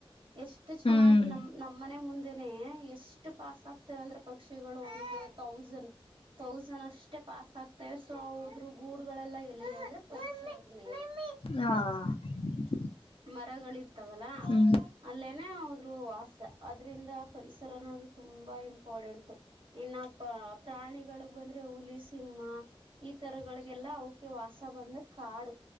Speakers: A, on the right; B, on the left.
A: ಎಷ್ಟು ಚೆನ್ನಾಗಿ
B: ಹ್ಮ್
A: ನಮ ನಮ್ಮನೆ ಮುಂದಿನ ಎಷ್ಟು ಪಾಸ್ ಆಗ್ತೇವ ಅಂದ್ರೆ ಪಕ್ಷಿಗಳು ಒಂದು ತೌಸಂಡ್ <inaudible> ತೌಸಂಡ್ ಅಷ್ಟೇ ಪಾಸ್ ಆಗ್ತೇವೆ ಸೊ ಹದ್ರು ಗೂಡ್ಗಳೆಲ್ಲ ಎಲ್ಲಿ ಅಂದ್ರೆ ಪಸದ ಮೇ <inaudible>
B: ಹಾ <inaudible>
A: ಮರಗಳಿರ್ತಾವಲ್ಲ
B: ಹ್ಮ್
A: ಅಲ್ಲೇನೆ ಹದ್ರು ವಾಸ <inaudible> ಅದ್ರಂದ ಪರಿಸರ ಅನ್ನೋದು ತುಂಬಾ ಇಂಪಾರಡೆಂಟ್ ಇನ್ನು ಪ್ರಾಣಿಗಳಿಗೆ ಬಂದ್ರೆ <inaudible> ಹುಲಿ ಸಿಂಹ ಈ ತರಗಳಿಗೆಲ್ಲ ಅವಕ ವಾಸ ಬಂದ ಕಾಡು